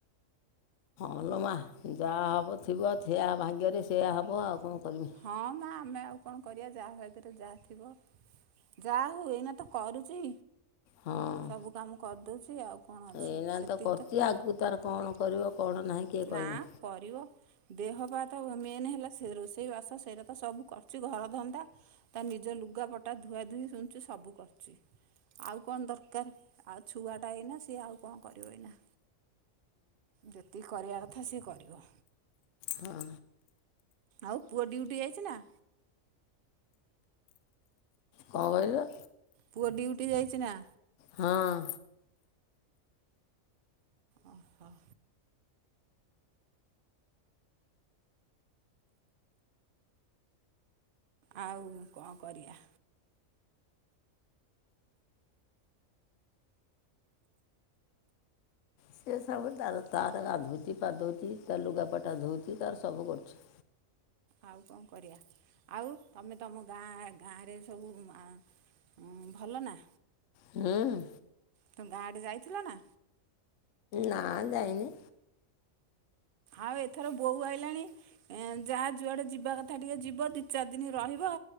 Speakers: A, on the left; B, on the right.
A: ହଁ ଲୋ ମାଆ ଯାହା ହବ ଥିବ ସେଆ ଭାଗ୍ୟରେ ସେୟା ହବ ଆଉ କଣ କରିମି।
B: ହଁ ମା ଆମେ ଆଉ କଣ କରିବା ଯାହା ଭାଗରେ ଯାହା ଥିବ। ଯାହୋଉ ଏଇନା ତ କରୁଚି
A: ହଁ
B: ସବୁ କାମ କରିଦୋଉଚି ଆଉ। କ'ଣ ଅଛି
A: ଏଇନା
B: ସେତିକି
A: ତ କରୁଚି ଆଗକୁ ତାର କଣ କରିବ କଣ ନାହିଁ କିଏ
B: ନା
A: କହିବ?
B: କରିବ ଦେହପାଆ ତ ମେନ ହେଲା ସେ ରୋଷେଇ ବାସ। ତ ସେଇରା ତ ସବୁ କରଚି ଘର ଧନ୍ଦା। ତା ନିଜ ଲୁଗାପଟା ଧୁଆ ଧୁଇ ଶୁଣଚି ସବୁ କରଚି। ଆଉ କଣ ଦରକାର ଆଉ ଛୁଆଟା ଏଇନା ସିଏ ଆଉ କଣ କରିବ ଏଇନା। ଯେତିକି କରିବା କଥା ସିଏ କରିବ।
A: ହଁ।
B: ଆଉ ପୁଅ ଡ୍ୟୁଟି ଯାଇଚି ନା?
A: କଣ କହିଲ?
B: ପୁଅ ଡ୍ୟୁଟି ଯାଇଚି ନା?
A: ହଁ।
B: ଓହୋଃ। ଆଉ କଣ କରିବା।
A: ସେ ସବୁ ତାର ତାର ଗାଧୋଉଛି ପାଧଉଛି ତା ଲୁଗାପଟା ଧୋଉଛି ତାର ସବୁ କରୁଛି।
B: ଆଉ କଣ କରିବା, ଆଉ ତମେ ତମ ଗାଁଆ ଗାଆଁରେ ସବୁ ଆଁ ଭଲ ନା?
A: ହୁଁ।
B: ତମେ ଗାଆଁ ଆଡେ ଯାଇଥିଲ ନା?
A: ନା ଯାଇନି।
B: ଆଉ ଏଥର ବୋହୂ ଆଇଲାଣି ଏଁ ଯାହା ଯୁଆଡେ ଯିବା କଥା ଟିକେ ଯିବ ଦି ଚାରି ଦିନ ରହିବ